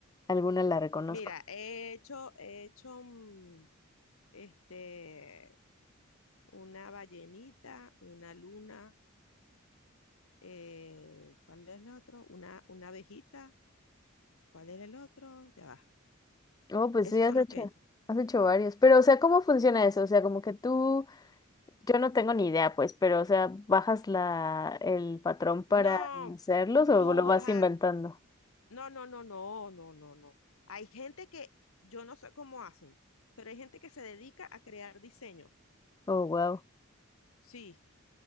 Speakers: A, on the left; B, on the left.
A: alguna la reconozco.
B: Mira, he hecho, he hecho mm, este, una ballenita, una luna, eh, ¿cuál es el otro? Una, una abejita, ¿cuál es el otro? Ya va.
A: Oh, pues
B: Esos
A: sí, has
B: son
A: hecho,
B: los que he hecho.
A: has hecho varios. Pero, o sea, ¿cómo funciona eso? O sea, como que tú, yo no tengo ni idea, pues, pero, o sea, ¿bajas la, el patrón para
B: No,
A: hacerlos o
B: tú,
A: lo vas
B: ajá,
A: inventando?
B: No, no, no, no, no, no, no. Hay gente que, yo no sé cómo hacen, pero hay gente que se dedica a crear diseños.
A: Oh, wow.
B: Sí,